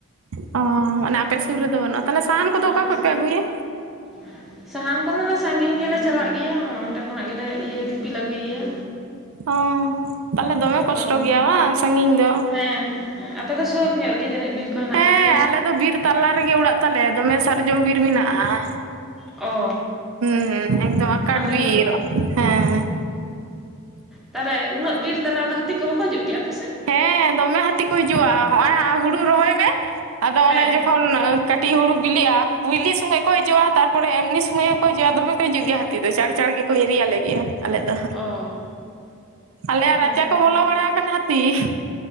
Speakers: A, on the right; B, in the centre.
A: ᱚᱻ ᱢᱟᱱᱮ ᱟᱯᱮ ᱥᱩᱨ ᱨᱮᱫᱚ ᱵᱟᱹᱱᱩᱜᱟ
B: ᱟᱫᱚ
A: ᱛᱟᱞᱦᱮ ᱥᱟᱦᱟᱱ ᱠᱚᱫᱚ
B: ᱟᱞᱮ
A: ᱚᱠᱟ ᱠᱷᱚᱡ
B: ᱥᱮᱫ
A: ᱯᱮ ᱟᱹᱜᱩᱭᱟ?
B: <inaudible> ᱥᱟᱦᱟᱱ ᱠᱚᱫᱚᱞᱮ ᱥᱟᱺᱜᱤᱧ ᱜᱮᱞᱮ ᱪᱟᱞᱟᱜ ᱜᱮᱭᱟ ᱚᱸᱰᱮ ᱠᱷᱚᱱᱟᱜ ᱜᱮᱞᱮ ᱤᱭᱟᱹ ᱫᱤᱯᱤᱞ ᱟᱹᱜᱩᱭ ᱜᱮᱭᱟ᱾
A: ᱚ ᱛᱟᱦᱞᱮ ᱫᱚᱢᱮ ᱠᱚᱥᱴᱚ
B: ᱦᱳᱭ
A: ᱜᱮᱭᱟ ᱵᱟᱝ ᱥᱟᱺᱜᱤᱧ ᱫᱚ?
B: ᱦᱮᱸ ᱦᱮᱸ ᱟᱯᱮ ᱫᱚ ᱥᱩᱨ ᱧᱚᱜ ᱨᱮᱜᱮ ᱡᱟᱹᱱᱤᱡ ᱵᱤᱨ ᱠᱚ ᱦᱮᱱᱟᱜ
A: ᱦᱮᱸ
B: ᱛᱟᱯᱮᱭᱟ?
A: ᱟᱞᱮ ᱫᱚ ᱵᱤᱨ ᱛᱟᱞᱟ ᱨᱮᱜᱮ ᱚᱲᱟᱜ ᱛᱟᱞᱮ ᱫᱚᱢᱮ ᱥᱟᱨᱡᱚᱢ ᱵᱤᱨ ᱢᱮᱱᱟᱜ-ᱟ᱾
B: ᱚ
A: ᱦᱩᱸ ᱦᱩᱸ ᱮᱠᱫᱚᱢ ᱟᱠᱟᱴ
B: ᱟᱞᱮ
A: ᱵᱤᱨ ᱦᱮᱸ,
B: ᱛᱟᱦᱞᱮ ᱩᱱᱟᱹᱜ ᱵᱤᱨ ᱛᱟᱞᱟ ᱨᱮᱫᱚ ᱦᱟᱹᱛᱤ ᱠᱚ ᱵᱟᱠᱚ ᱦᱤᱡᱩᱜ ᱜᱮᱭᱟ ᱟᱯᱮ ᱥᱮᱫ?
A: ᱦᱮᱸ ᱫᱚᱢᱮ ᱦᱟᱸᱛᱤ ᱠᱚ ᱦᱤᱡᱩᱜ-ᱟ, ᱦᱚᱸᱜ-ᱚᱭ ᱦᱟᱸᱜ ᱨᱚᱦᱚᱭ ᱢᱮ ᱟᱫᱚ
B: ᱦᱮᱸ
A: ᱚᱱᱮ ᱡᱚ ᱠᱷᱚᱱ ᱠᱟᱹᱴᱤᱡ ᱦᱩᱲᱩ ᱵᱤᱞᱤᱜ-ᱟ, ᱵᱤᱞᱤᱜ ᱥᱳᱢᱳᱚᱭ ᱠᱚ ᱦᱤᱡᱩᱜ-ᱟ ᱛᱟᱨᱯᱚᱨᱮ ᱮᱢᱱᱤ ᱥᱳᱢᱚᱭ ᱦᱚᱸ ᱠᱚ ᱦᱤᱡᱩᱜ-ᱟ ᱫᱚᱢᱮ ᱠᱚ ᱦᱤᱡᱩᱜ ᱜᱮᱭᱟ, ᱦᱟᱹᱛᱤ ᱫᱚ ᱪᱟᱲ ᱪᱟᱲ ᱜᱮᱠᱚ ᱦᱤᱨᱤ ᱟᱞᱮ ᱜᱮᱭᱟ᱾ ᱟᱞᱮ ᱫᱚ,
B: ᱚ
A: ᱟᱞᱮᱭᱟᱜ
B: ᱦᱮᱸᱛᱚ
A: ᱨᱟᱪᱟ ᱠᱚ ᱵᱚᱞᱚ ᱵᱟᱲᱟᱣ ᱠᱟᱱᱟ ᱦᱟᱛᱤ᱾